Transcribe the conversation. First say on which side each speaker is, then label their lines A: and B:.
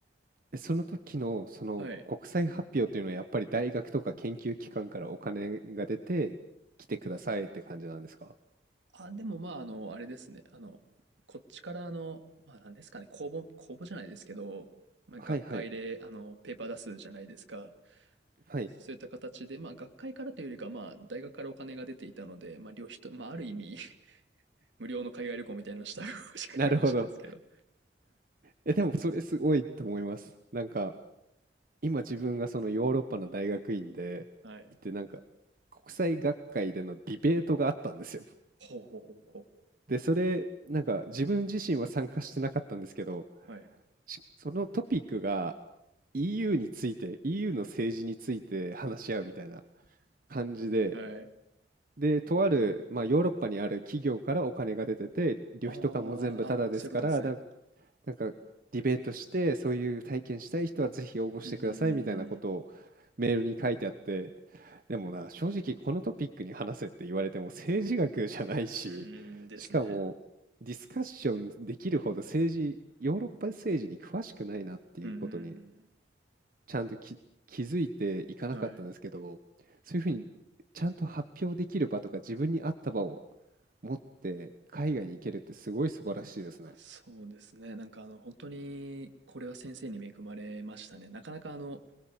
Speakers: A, on the right (about 50°); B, on the right (about 85°).
A: え、その時のその国際発表というのはやっぱり大学とか研究機関からお金が出て来てくださいって感じなんですか
B: はい。あ、でもまあ、あの、あれですね。あの、こっちから、あの、まあ、なんですかね、公募、公募じゃないですけど、まあ、
A: はいはい。
B: 学会で、あの、ペーパー出すじゃないですか。
A: はい。
B: そういった形で、まあ、学会からというよりか、まあ、大学からお金が出ていたので、まあ、旅費と、まあ、ある意味 <laughs> 無料の海外旅行みたいなのをした <laughs> 時があるかもしれないですけど。
A: なるほど。え、でもそれすごいと思います。なんか今自分がそのヨーロッパの大学院で行ってなんか国際学会でのディベートがあったんですよ。
B: はい。ほうほうほうほ
A: で、それなんか自分自身は参加してなかったんですけど、
B: う。はい。
A: しそのトピックが EU について、EU の政治について話し合うみたいな感じで、
B: はい。
A: で、とある、まあ、ヨーロッパにある企業からお金が出てて、旅費とかも全部タダですから、
B: ああ、あ、そういうことですね。
A: なんか、なんかディベートして、そういう体験したい人はぜひ応募してくださいみたいなことを
B: うん、うん、
A: メールに書いてあって、でもな、正直このトピックに話せって言われても政治学じゃないし、
B: うん、うん、うんですね。
A: しかもディスカッションできるほど政治、ヨーロッパ政治に詳しくないなっていうことに
B: うん、うん、
A: ちゃんとき気づいていかなかったんですけど、
B: うんはい。
A: そういうふうにちゃんと発表できる場とか自分に合った場を持って海外に行けるってすごい素晴らしいですね。
B: まあそうですね。なんかあの、本当に、これは先生に恵まれましたね。なかなかあの、